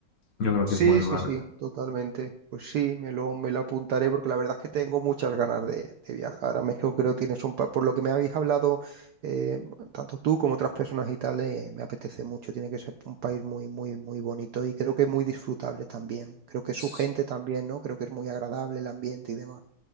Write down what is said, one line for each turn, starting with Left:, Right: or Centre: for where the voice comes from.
Left: yo creo
Right: Sí,
Left: que es buen
Right: sí,
Left: lugar
Right: sí,
Left: ahorita.
Right: totalmente. Pues sí, me lo, me lo apuntaré porque la verdad es que tengo muchas ganas de, de viajar a México. Creo que tienes un... pa- Por lo que me habéis hablado, eh, tanto tú como otras personas y tal, eh, me apetece mucho. Tiene que ser un país muy, muy, muy bonito y creo que muy disfrutable también. Creo que su
Left: Ps,
Right: gente también, ¿no? Creo que es muy agradable el ambiente y demás.